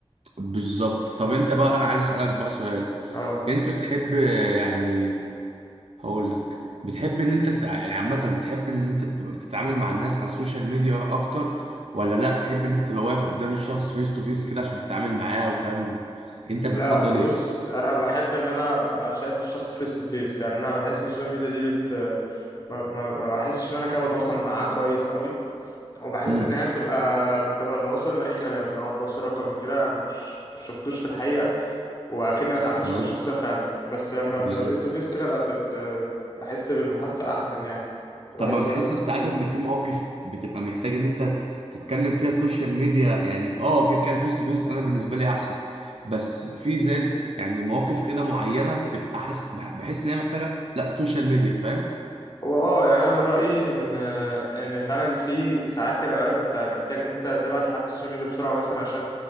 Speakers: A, on the right (about 70°); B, on the left (about 35°).
A: بالظبط طب انت بقى انا عايز اسالك بقى سؤال
B: أه
A: انت بتحب آه، يعني هقول لك بتحب ان انت تتع... يعني عامة تحب ان انت تبقى بتتعامل مع الناس على السوشيال ميديا اكتر ولا لا تحب ان انت تبقى واقف قدام الشخص فيس تو فيس كده عشان تتعامل معاه وفاهم انت
B: لا
A: بتفضل
B: بص
A: ايه
B: أنا بحب إن أنا أبقى شايف الشخص فيس تو فيس يعني أنا بحس إن السوشيال ميديا دي بت ما ما ما بحسش ان انا كده بتواصل معاه كويس قوي وبحس
A: امم
B: ان هي بتبقى بتبقى تواصل لاي كلام اللي هو تواصل رقمي كده انا مش مش شفتوش في الحقيقه واكني ما اتعاملتش
A: بالظبط
B: مع الشخص ده فعلا بس لما
A: بالظبط
B: بتبقى فيس تو فيس كده لا بت بحس بالمحادثه احسن يعني وبحس
A: طب ما بتحسش
B: ان أنا-
A: ساعات
B: مم.
A: ان في مواقف بتبقى محتاج ان انت تتكلم فيها السوشيال ميديا يعني اه كده كده الفيس تو فيس انا بالنسبة لي احسن بس في زي ز- يعني مواقف كده معينة بتبقى حاسس بح- بحس ان هي محتاجة لا سوشيال ميديا فاهم
B: هو اه يعني انا من رايي ان ان فعلا في ساعات كده اوقات انت محتاج ان انت تبعت لحد السوشيال ميديا بسرعه مثلا عشان